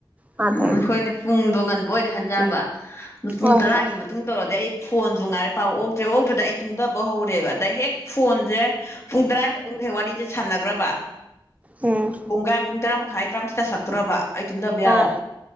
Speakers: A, on the right (about 15°); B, on the left (about 35°).
A: ꯃꯥꯅ
B: ꯎꯝ
A: ꯊꯥꯔꯛꯏꯗꯣ
B: ꯍꯣꯏꯅꯦ ꯄꯨꯡꯗꯣ ꯉꯟꯕ ꯑꯣꯏꯗꯤ ꯍꯟꯕ
A: ꯎꯝ
B: ꯑꯗꯨꯣ ꯄꯨꯡ
A: ꯍꯣꯏ
B: ꯇꯔꯥꯒꯤ
A: ꯍꯣꯏ
B: ꯃꯇꯨꯡ ꯇꯧꯔꯗꯤ ꯑꯩ ꯐꯣꯟꯁꯨ ꯉꯥꯏꯔꯦ ꯄꯥꯎ ꯑꯣꯛꯇ꯭ꯔꯦ ꯑꯣꯛꯇ꯭ꯔꯦꯗ ꯑꯩ ꯇꯨꯝꯊꯕ ꯍꯧꯔꯦꯕ ꯑꯗ ꯍꯦꯛ ꯐꯣꯟ ꯄꯨꯡ ꯇꯔꯥꯏ ꯃ ꯇꯨꯡꯗ ꯍꯦꯛ ꯋꯥꯔꯤ ꯁꯥꯟꯅꯈ꯭ꯔꯕ
A: ꯍꯣꯏ ꯎꯝ
B: ꯄꯨꯨꯡꯒꯥꯏꯝ ꯄꯨꯡ ꯇꯔꯥ ꯃꯈꯥꯏ ꯇꯔꯥꯃꯊꯣꯏ ꯇꯥꯁꯜ ꯂꯛꯇꯣꯔꯕ ꯑꯩ ꯇꯨꯝꯊꯕ ꯌꯥꯗ
A: ꯑꯥ